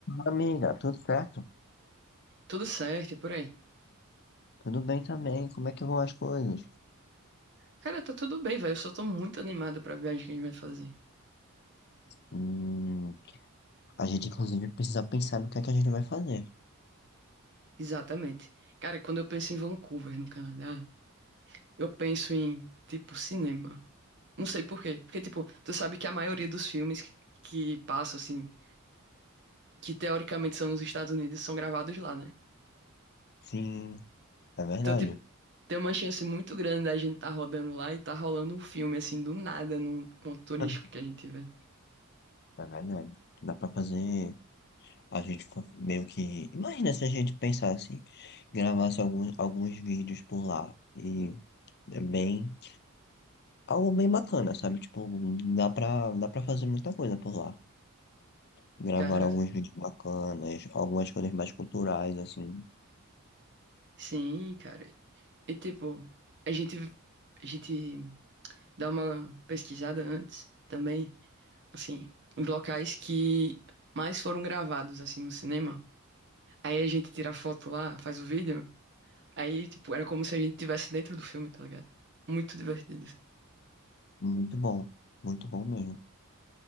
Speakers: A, on the left; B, on the right.
A: Amiga, tudo certo?
B: Tudo certo e por aí.
A: Tudo bem também? Como é que vão as coisas?
B: Cara, tá tudo bem, velho. Eu só tô muito animado pra viagem que a gente vai fazer.
A: Hum, a gente, inclusive, precisa pensar no que é que a gente vai fazer.
B: Exatamente. Cara, quando eu penso em Vancouver, no Canadá, eu penso em, tipo, cinema. Não sei por quê. Porque, tipo, tu sabe que a maioria dos filmes que que passam, assim, que teoricamente são nos Estados Unidos, são gravados lá, né?
A: Sim, é verdade.
B: Então, tipo, tem uma chance muito grande da gente tá rodando lá e tá rolando um filme, assim, do nada, num ponto turístico
A: <laughs>
B: que a gente vai.
A: É verdade. Dá pra fazer. A gente fa- meio que. Imagina se a gente pensasse, gravasse alguns, alguns vídeos por lá. E é bem. Algo bem bacana, sabe? Tipo, dá pra, dá pra fazer muita coisa por lá. Gravar
B: Cara,
A: alguns vídeos bacanas, algumas coisas mais culturais, assim.
B: sim, cara. E, tipo, a gente. A gente. dá uma pesquisada antes também, assim, em locais que mais foram gravados, assim, no cinema. Aí a gente tira a foto lá, faz o vídeo. Aí, tipo, era como se a gente estivesse dentro do filme, tá ligado? Muito divertido.
A: Muito bom, muito bom mesmo.